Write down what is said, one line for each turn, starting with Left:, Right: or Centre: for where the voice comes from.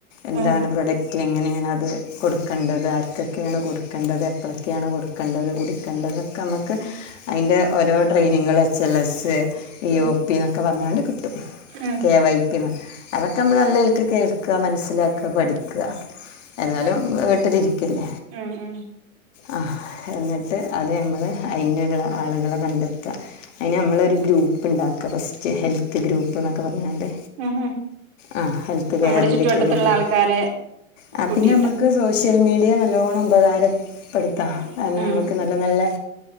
Left: എന്താണ്
Right: ഉം ഉം
Left: പ്രൊഡക്റ്റ് എങ്ങനെണ് അത് കൊട് ക്കണ്ടത് ആർക്കെക്കേണ് കൊട്ക്കണ്ടത് എപ്ലക്കേണ് കൊട്ക്കേണ്ടത് കുടിക്കണ്ടത് ക്ക മക്ക്
Right: ഉം
Left: അയ്ൻൻ്റെ ഓരോ ട്രെയിനിങ്ങള് എച്ച ൽ എസ്സെ ഇയോപ്യ
Right: ഉം
Left: ഒക്ക പർഞ്ഞാണ്ട് കിട്ടും
Right: ഉം
Left: കെ വൈ അതൊക്കെ ന്നമ്മൾ ന്നല്ലൽക്ക് കേൾക്ക മനസ്സിലാക്ക പഠിക്ക എതാലും വീട്ടിലിരിക്കേല്ല
Right: ഉം ഉം
Left: ആ എന്നിട്ട് അത് ഞമ്മള് അയ്ന്ള്ള ആള്കളെ കണ്ടത് ത്അ അയ്ന് അമ്മളൊരു ഗ്രൂ പ്പ് ണ്ടാക്ക്അ ഫസ്റ്റ് ഹെൽത്ത് ഗ്രൂപ്പ് ന്നൊക്കെ പർഞ്ഞ് പർഞ്ഞാണ്ട്
Right: ഉം ഉം
Left: ആ ഹെൽത്ത്കെയറിൻ്ററകൊരു
Right: നമ്മുടെ ചുറ്റുവട്ടത്തുള്ള
Left: ഗ്രൂ
Right: ആൾക്കാരെ
Left: ആ
Right: കൂട്ടിയിട്ടാ
Left: പിന്ന അമ്മക്ക് സോഷ് ഷ്യൽ മീഡിയ ന്നല്ലോണം ഉപകാരം പ്പെട്ത്താം
Right: ഉം
Left: അയന് അമക്ക് ന്നല്ല ന്നല്ലെ